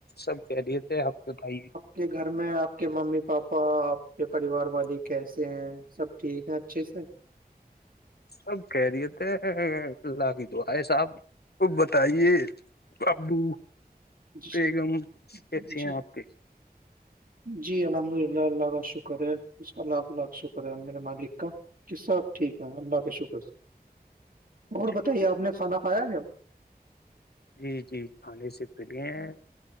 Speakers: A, on the left (about 75°); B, on the right (about 60°).
A: سب کہہ رہیے تھے اب تو بھائی
B: کہ گھر میں آپ کے ممی پاپا آپ کے پریوار والی کیسے ہیں سب ٹھیک ہیں اچھے سے
A: سب کہہ دیے تھے اللہ کی د آئے صاحب وہ بتائیے ابو
B: جی
A: بیگم کیسے
B: جی
A: ہیں آپ کے
B: جی الحمد للہ اللہ کا شکر ہے اس کا لاکھ لاکھ شکر ہے میرے مالک کا کہ سب ٹھیک ہے اللہ کا شکر اور
A: جی
B: بتائیے
A: جی
B: آپ نے کھانا کھایا ہے جب
A: جی جی کھانے سے فری ہیں